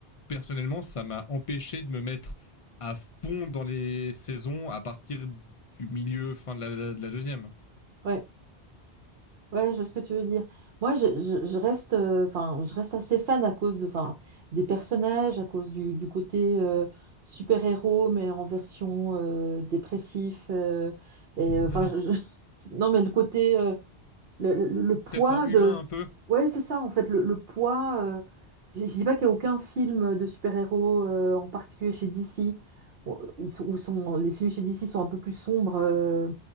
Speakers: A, on the left (about 45°); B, on the right (about 65°).
A: personnellement, ça m'a empêché de me mettre à fond dans les saisons à partir du milieu, fin de la, de la deuxième.
B: ouais. Ouais, je vois ce que tu veux dire. Moi, je, je- je reste, euh, enfin, je reste assez fan à cause de, enfin, des personnages, à cause du, du côté euh, super-héros, mais en version euh, dépressif. euh, et
A: <laughs>
B: euh, enfin, je- je- <laughs> non, mais le côté euh, le, le- le poids
A: Traitement humain
B: de...
A: un peu.
B: Ouais, c'est ça, en fait, le, le poids... euh, Je ne dis pas qu'il n'y a aucun film de super-héros, euh, en particulier chez DC. Bon, Ils sont, où sont, les films chez DC sont un peu plus sombres euh,